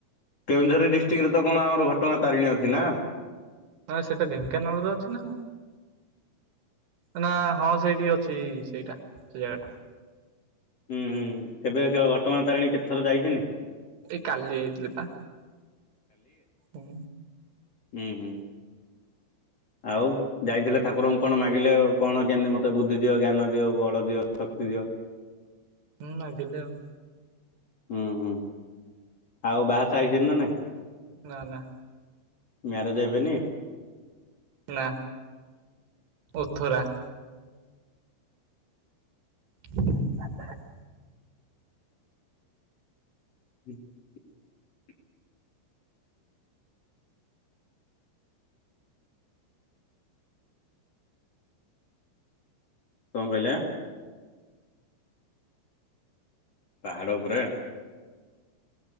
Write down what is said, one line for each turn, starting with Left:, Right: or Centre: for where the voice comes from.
Left: କେଉଁଝରରେ ଡିଷ୍ଟିକରେ ତ କଣ ଆମର ଘଟଗାଁ ତାରିଣୀ ଅଛି ନା।
Right: <unintelligible> ସେଟା ଢେଙ୍କାନାଳରେ ଅଛି ନା। ନା ହଁ ସେଇଠି ଅଛି ସେଇଟା ସେ ଜାଗା ଟା।
Left: ହୁଁ ହୁଁ କେବେ କ ଘଟଗାଁ ତାରିଣୀ କେତେଥର ଯାଇ। <unintelligible>
Right: ଏଇ କାଲି ଯାଇଥିଲି ପା ହୁଁ।
Left: ଉଁହୁଁ। ଆଉ ଯାଇଥିଲେ ଠାକୁରଙ୍କୁ କଣ ମାଗିଲେ କଣ କେନ୍ତି ମତେ ବୁଦ୍ଧି ଦିଅ ଜ୍ଞାନ ଦିଅ ବଳ ଦିଅ ଶକ୍ତି ଦିଅ।
Right: ଉଁ ମାଗିଲେ ଆଉ।
Left: ଉଁହୁଁ ଆଉ ବାହା ସା ହେଇଚନ୍ତି ନା ନାଇଁ।
Right: ନା ନା।
Left: ମ୍ୟାରେଜ ହେବେନି।
Right: ନା ଓଥୋରା। <unintelligible>
Left: <unintelligible> କଁ କହିଲା ପାହାଡ <unintelligible>